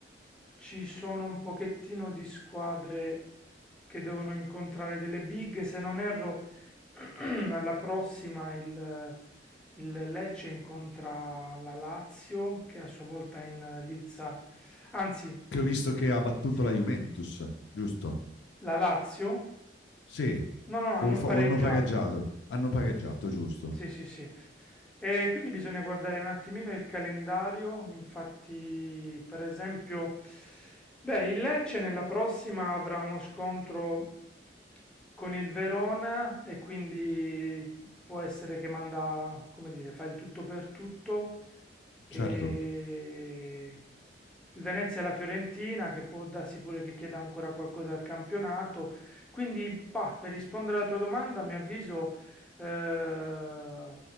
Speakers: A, in the centre; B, on the left (about 75°).
A: ci sono un pochettino di squadre che devono incontrare delle big, se non erro, <clears throat> alla prossima il il Lecce incontra la Lazio che a sua volta è in lizza, anzi, il,
B: Che ho visto che ha battuto
A: sì,
B: la Juventus, giusto?
A: la Lazio?
B: Sì,
A: No, no, no, hanno
B: o, fa-
A: pareggiato.
B: o hanno pareggiato? Hanno pareggiato, giusto?
A: Sì, sì, sì. E quindi bisogna guardare un attimino il calendario. Infatti, per esempio, beh, il Lecce nella prossima avrà uno scontro con il Verona e quindi può essere che manda, come dire, fa il tutto per tutto. E
B: Certo.
A: il Venezia e la Fiorentina, che può darsi pure che chieda ancora qualcosa al campionato. Quindi, bah, per rispondere alla tua domanda, mi avviso. Eh,